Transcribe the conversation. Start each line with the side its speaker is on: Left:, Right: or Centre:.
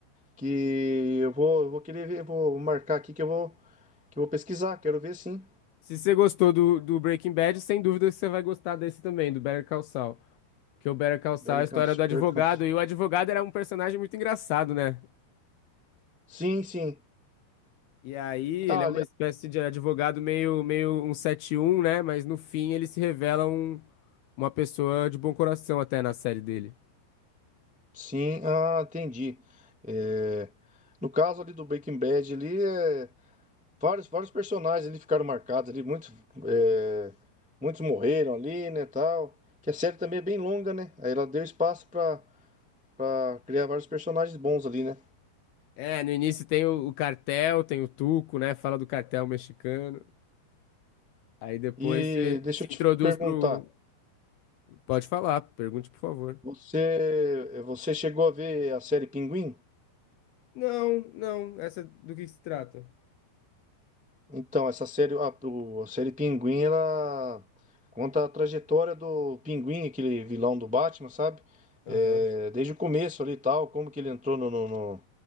Centre: que eu vou, eu vou querer ver, vou marcar aqui que eu vou, que eu vou pesquisar, quero ver sim.
Left: Se você gostou do, do Breaking Bad, sem dúvida você vai gostar desse também, do Better Call Saul. Porque o Better Call Saul
Centre: Bellingham,
Left: é a história do advogado.
Centre: Bellingham.
Left: E o advogado era um personagem muito engraçado, né?
Centre: Sim, sim.
Left: E aí,
Centre: Ah,
Left: ele é
Centre: ali,
Left: uma espécie de advogado meio, meio um sete um, né? Mas no fim ele se revela um, uma pessoa de bom coração até na série dele.
Centre: sim, ah, entendi. É, no caso ali do Breaking Bad, ali, é, vários, vários personagens ali ficaram marcados ali, muitos, é, muitos morreram ali, né, tal. Que a série também é bem longa, né? Aí ela deu espaço para para criar vários personagens bons ali, né?
Left: É, no início tem o, o cartel, tem o Tuco, né? Fala do cartel mexicano. Aí depois
Centre: E
Left: você
Centre: deixa
Left: se
Centre: eu te
Left: introduz
Centre: perguntar,
Left: pro. Pode falar, pergunte, por favor.
Centre: você, você chegou a ver a série Pinguim?
Left: Não, não, essa do que se trata?
Centre: Então, essa série, a, o- a série Pinguim, ela conta a trajetória do Pinguim, aquele vilão do Batman, sabe? É,
Left: Aham.
Centre: desde o começo ali e tal, como que ele entrou no, no, no-